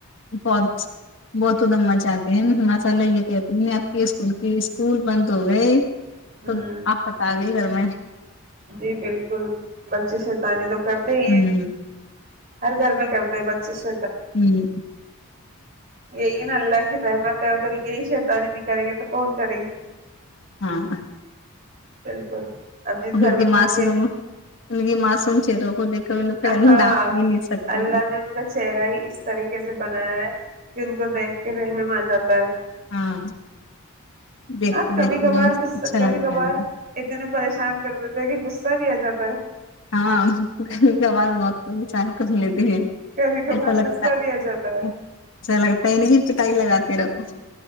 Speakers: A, on the left; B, on the right.
A: بہت بہت ادم مچاہتے ہیں ماشاء اللہ یہ کہتی آپ کے اسکول کی اسکول بند ہو گئے
B: ہوں
A: تو آ خت آ گئی گرم میں
B: جی بالکل بچے شتانی تو کرتے ہی ہیں
A: ہمم
B: ہر گھر میں کرتے بچے ش
A: ہوں
B: یہی نا اللہ کی رحمت ہے اگر یہی شیتانی بھی کریں گے تو کون کریں گے
A: ہاں
B: بالکل اب جس
A: ان
B: گھر
A: کی
B: میں بچے
A: معص ان کی معصوم چروں کو دے کر ان پہ
B: ہاں
A: ڈانٹ بھی نہیں سکتے
B: اللہ نے ان کا چہرہ ہی اس طریقے سے بنایا ہے کہ ان کو دیکھ کے رہنے مزہ آتا ہے
A: ہاں دیکھتے
B: ہاں کبھی
A: دیکھتے
B: کبھار
A: رہ
B: غصہ
A: اچھا
B: کبھی
A: لگتا
B: کبھار
A: ہے
B: اتنے پریشان کر دیتے ہیں کہ بھییا جابا
A: ہاں کے آواز موت پہچان کر لیتے ہیں
B: کبھی کبھار
A: ایسا لگتا
B: غصہ
A: ہے
B: بھی آ جاتا
A: ایسا لگتا ہے پٹائی لگاتے رہو جی